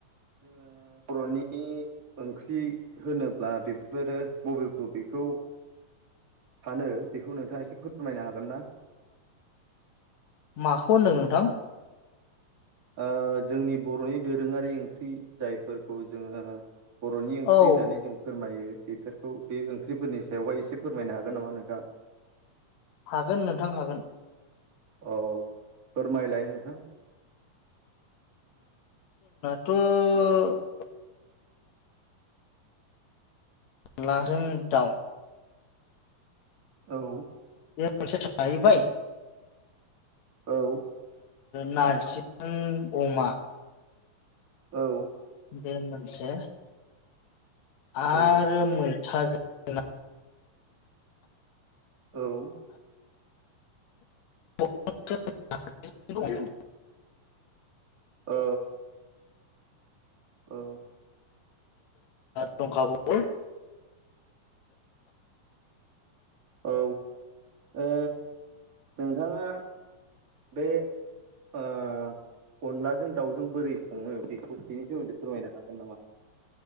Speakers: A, on the right; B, on the left.
A: जोङो बर'नि ओंख्रि होनोब्ला बेफोरो बबे बबेखौ सानो बेखौ नोंथाङा एसे फोरमायनो हागोन ना?
B: माखौ होनदों नोंथां?
A: ओ जोंनि बर'नि दोरोङारि ओंख्रि जायफोरखौ जोङो बर'नि ओंख्रि
B: औ
A: होननानै जों फोरमायो। बेफोरखौ बे ओंख्रिफोरनि सायावहाय एसे फोरमायनो हागोन नामा नोंथाङा
B: हागोन नोंथां हागोन।
A: औ फोरमायलाय नोंथां
B: थ' अनलाजों दाउ
A: औ
B: बे मोनसे थाहैबाय
A: औ
B: नारजि अमा
A: औ
B: बे मोनसे आरो
A: औ
B: मैथाजों ना
A: औ
B: <unintelligible>
A: औ। औ
B: दंखाबावो
A: औ औ नोंथाङा बे ओं। अनलाजों दाउजों बोरै सङो बेखौ बेनि सोमोन्दै फोरमायनो हागोन नामा